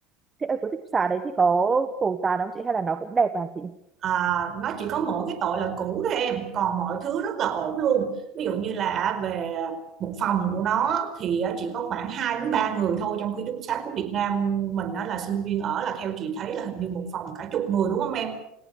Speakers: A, on the right (about 20°); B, on the right (about 40°).
A: Thế ở cái ký túc xá đấy thì có cầu tàn không chị? Hay là nó cũng đẹp hả chị?
B: À, nó chỉ có mỗi cái tội là cũ thôi em còn mọi thứ rất là ổn luôn ví dụ như là về một phòng của nó thì ờ, chỉ có khoảng 2 đến 3 người thôi trong khi túc xá của Việt Nam mình á, là sinh viên ở là theo chị thấy là hình như một phòng cả chục người đúng không em